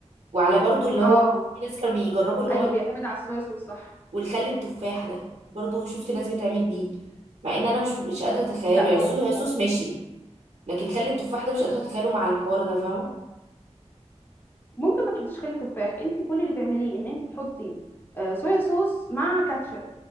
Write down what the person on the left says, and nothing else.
اه
ايوه
بيعتمد على الصويا صوص صح
لا
هو
ممكن ما تحطيش خل تفاح انت كل اللي تعمليه ان انت تحطي آه، صويا صوص مع كاتشب